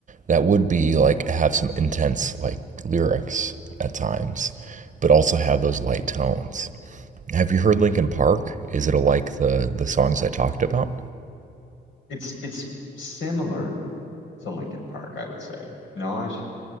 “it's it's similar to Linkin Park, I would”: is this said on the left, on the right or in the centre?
Left